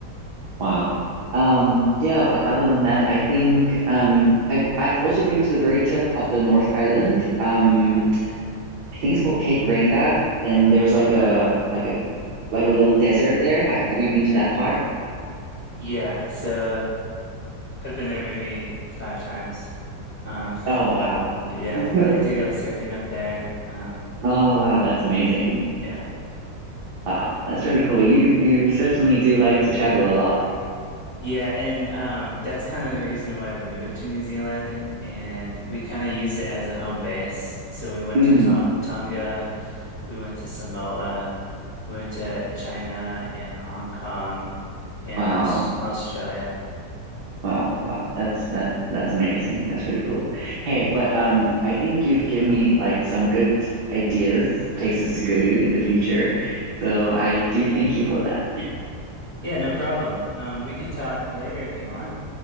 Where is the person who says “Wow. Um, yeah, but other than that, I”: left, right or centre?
Right